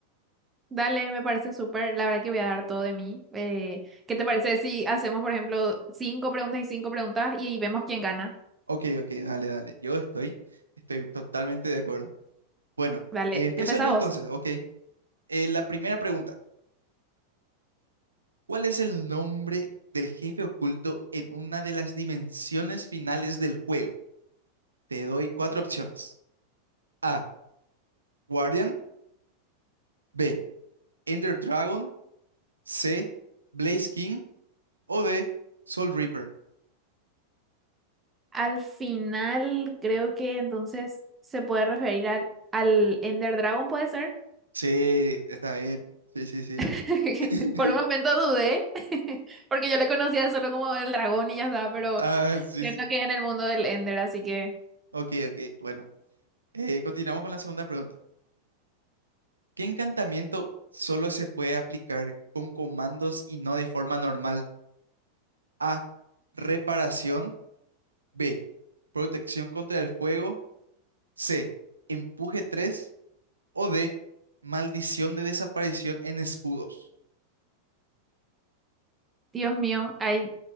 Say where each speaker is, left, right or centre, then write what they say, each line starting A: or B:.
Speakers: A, on the right; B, on the right.
A: Dale, me parece súper. La verdad que voy a dar todo de mí. Eh, ¿qué te parece si hacemos, por ejemplo, cinco preguntas y cinco preguntas y ahí vemos quién gana?
B: Ok, ok, dale, dale. Yo estoy, estoy totalmente de acuerdo. Bueno,
A: Dale,
B: eh, empiezo
A: empezá
B: yo entonces,
A: vos.
B: ok. Eh, la primera pregunta. ¿Cuál es el nombre del jefe oculto en una de las dimensiones finales del juego? Te doy cuatro opciones. A. Guardian. B. Ender Dragon. C. Blaze King. O D. Soul Reaper.
A: Al final, creo que entonces se puede referir al, al Ender Dragon, ¿puede ser?
B: Sí, está bien. Sí, sí, sí.
A: <laughs>
B: <laughs>
A: Por un momento dudé, <laughs> porque yo le conocía solo como el dragón y ya está, pero
B: Ah, sí,
A: cierto
B: sí.
A: que es en el mundo del Ender, así que,
B: Ok, ok. Bueno, eh, continuamos con la segunda pregunta. ¿Qué encantamiento solo se puede aplicar con comandos y no de forma normal? A. Reparación. B. Protección contra el fuego. C. Empuje 3. O D. Maldición de desaparición en escudos.
A: Dios mío, ahí